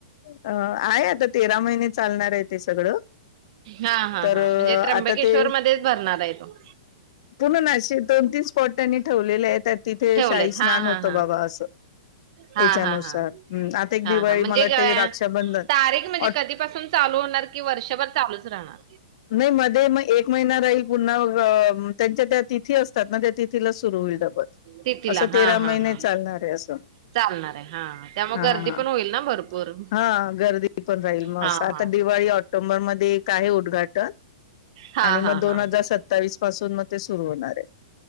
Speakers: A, on the left (about 55°); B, on the right (about 50°).
A: अं आहे, आता तेरा महिने चालणार आहे, ते सगळं,
B: हा हा
A: तर
B: हा म्हणजे त्र्यंबकेश्वर
A: आता ते
B: मध्येच भरणार आहे तो
A: पूर्ण नाशिक दोन-तीन स्पॉट त्यांनी ठेव <unintelligible> येतात तिथे,
B: ठेवलेत
A: शाही स्नान
B: हा
A: होत,
B: हा हा
A: बाबा असं,
B: हा
A: याच्यानुसार
B: हा हा
A: हं. आता, एक
B: हा
A: दिवाळी,
B: हा म्हणजे
A: मला वाटते
B: ग-
A: राक्षाबंधन,
B: तारीख म्हणजे
A: ऑट
B: कधीपासून चालू होणार कि वर्षभर चालूच राहणार.
A: नाही मध्ये, मग एक महिना राहील. पुन्हा व- त्यांच्या त्या तिथी असतात ना, त्या तिथी तिला सुरू होईल. <unintelligible>
B: तिथीला
A: असं तेरा
B: हा
A: महिने
B: हा हा
A: चालणार आहे, असं.
B: चालणार आहे हा त्यामुळे
A: हां
B: गर्दी
A: हां,
B: पण होईल ना भरपूर
A: हां, गर्दी पण राहील मग.
B: हा
A: आता
B: हा
A: दिवाळी ऑक्टोबर मध्ये, काय उद्धगाट <unintelligible>
B: हा
A: आणि मग
B: हा
A: दोन
B: हा
A: हजार सत्तावीस पासून, मग ते सुरू होणार आहे.